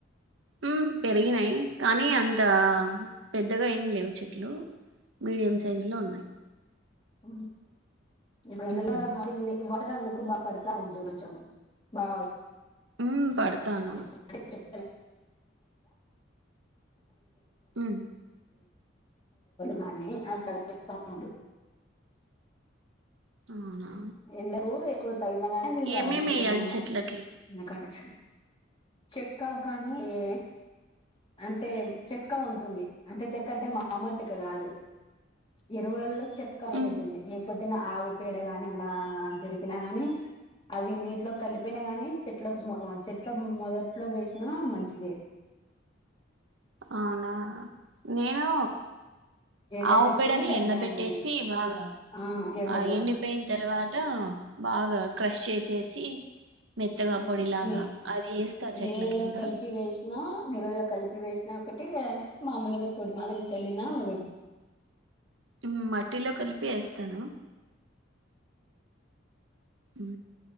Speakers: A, on the right (about 75°); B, on the left (about 25°).
A: ఉ పెరిగినాయి కానీ అంత పెద్దగా ఏమి లేవు చెట్లు మీడియం సైజు లో ఉన్నాయి
B: ఉ <inaudible>
A: ఉమ్.
B: వాటర్ అందుకు బాగా కొడతావ్ ఉండు కొంచెం బాగా
A: ఊ
B: వస్తాయి
A: పడతాను
B: <inaudible> <inaudible>
A: ఉమ్,
B: గాని అట్లా వేస్త ఉండు
A: అవునా
B: ఎండలు ఎక్కువ తగిలిన కానీ అవి వాడిపోతాయ్
A: ఏమేమి వేయాలి
B: అనమాట
A: చెట్లకి
B: అందుకు అనేసి చెక్క కాని ఏ అంటే చెక్క ఉంటుంది అంటే చెక్క అంటే మామూలు చెక్క కాదు ఎరువులలో చెక్క అనేది
A: ఉమ్,
B: ఉంటుంది లేకపోతే ఆవు పేడ గాని అలా దొరికినా కాని అవి నీటిలోకి కలిపినా గానీ చెట్ల చెట్ల మొదట్లో వేసినా మంచిదే
A: అవునా నేను
B: ఎండబెట్టి
A: ఆవు పేడను ఎండబెట్టేసి
B: దాన్ని
A: బాగా
B: ఆ ఎండలో
A: ఆ ఎండిపోయిన తర్వాత బాగా క్రష్ చేసేసి మెత్తగా
B: ఊ
A: పొడిలాగా
B: ని
A: అది ఏస్తా చెట్ల
B: నీళ్ళల్లో
A: కింద
B: కలిపి వేసినా నీళ్లలో కలిపి పి వేసినా ఒకటే లేదంటే మామూలుగా పొడి మాదిరి చల్లిన ఒక
A: ఊ మట్టిలో కలిపి వేస్తాను ఉ